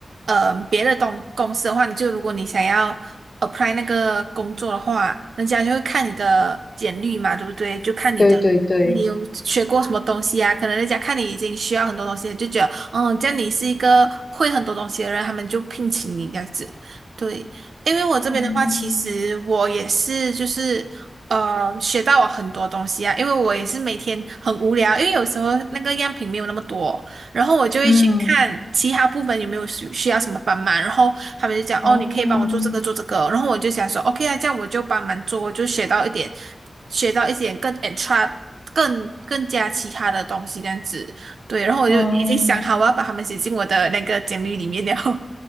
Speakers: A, on the right (about 80°); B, on the left (about 35°).
A: 呃别的东公司的话，你就如果你想要 apply 那个工作的话，人家就会看你的简历嘛，对不对？就看你的你有学过什么东西啊，
B: 对对对，
A: 可能人家看你已经需要很多东西了就觉得嗯，这样你是一个会很多东西的人，他们就聘请你这样子。对，因为我这边的话，
B: 嗯
A: 其实我也是就是。呃，学到我很多东西啊，因为我也是每天很无聊，因为有时候那个样品没有那么多，然后我就会去看其他部门有没有需需要什么帮忙，
B: 嗯
A: 然后他们就讲哦，
B: 哦
A: 你可以帮我做这个做这个，然后我就想说 OK 啊，这样我就帮忙做，我就学到一点，学到一点更 extra 更更加其他的东西这样子，对，然后我就已经想好我要把他们写进我的那个简历里面了，
B: 嗯，
A: <laughs> 后为